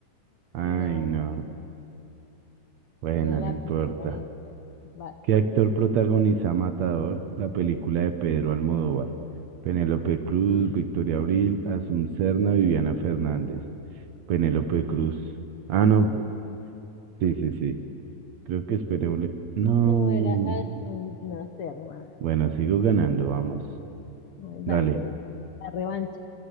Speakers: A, on the right; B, on the left.
A: Ay,
B: No,
A: no. Bueno,
B: era la
A: no importa.
B: primera de Opera. Vas.
A: ¿Qué actor protagoniza Matador, la película de Pedro Almodóvar? Penélope Cruz, Victoria Abril, Asum Serna, Viviana Fernández. Penélope Cruz. Ah, no. Sí, sí, sí. Creo que esperé No.
B: No, era Aston Nacerma.
A: Bueno, sigo ganando, vamos.
B: Ay, vas,
A: Dale.
B: ven. La revancha.